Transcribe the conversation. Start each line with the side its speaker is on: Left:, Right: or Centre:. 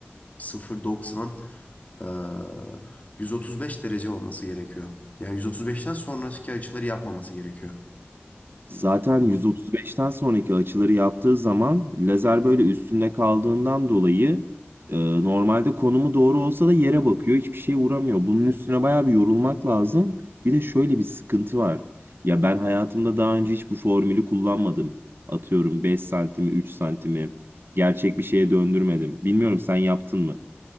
Left: 0.90 eee, 135 derece olması gerekiyor. Yani 135'ten sonraki açıları yapmaması gerekiyor.
Right: Zaten 135'ten
Left: Bu,
Right: sonraki açıları yaptığı zaman lazer böyle üstünde kaldığından dolayı e, normalde konumu doğru olsa da yere bakıyor. Hiçbir şeye vuramıyor. Bunun üstüne bayağı bir yorulmak lazım. Bir de şöyle bir sıkıntı var. Ya ben hayatımda daha önce hiç bu formülü kullanmadım. Atıyorum 5 santimi, 3 santimi gerçek bir şeye döndürmedim. Bilmiyorum sen yaptın mı?